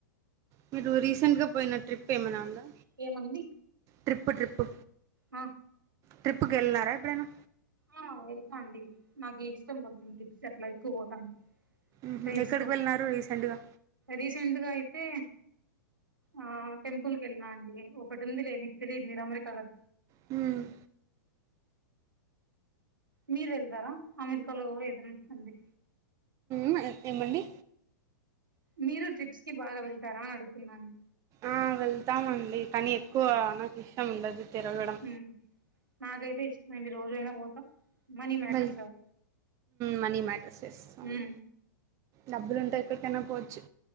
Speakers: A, on the right (about 30°); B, on the right (about 90°).
A: మీరు రీసెంట్ గా పోయిన ట్రిప్ ఏమైనా ఉందా?
B: ఏమండి
A: ట్రిప్పు, ట్రిప్పు.
B: ఆ
A: ట్రిప్కెళ్ళినార ఎప్పుడైనా?
B: ఆ వెళ్తా అండి. నాకు ఇష్టం కొంచెం టిప్స్ అట్ల ఎక్కువ పోతా
A: మ్హూ
B: ఫ్రెండ్స్
A: ఎక్కడికి
B: తో,
A: వెళ్ళినారు రీసెంట్గా
B: రీసెంట్గా అయితే, ఆ టెంపుల్కి వెళ్ళిన అండి. ఒకటుందిలే మీకు తెలీదు మీర్ అమెరికా కదా.
A: మ్
B: మీరు వెళ్దారా అమెరికాలో ఏదైన్న గుడి?
A: మ్ ఏమండి?
B: మీరు ట్రిప్స్ కి బాగా వెళ్తారా అని అడుగుతున్నాను.
A: ఆ వెళ్తామండి. కానీ ఎక్కువ నాకు ఇష్టం ఉండదు. తిరగడం
B: మ్ నాకైతే ఇష్టమే అండి. రోజు అయినా పోతా. Money మ్యాటర్స్
A: well.
B: కదా
A: మనీ మ్యాటర్స్ ఎస్ అవును.
B: ఉమ్
A: డబ్బులుంటే ఎక్కడికైనా పోవచ్చు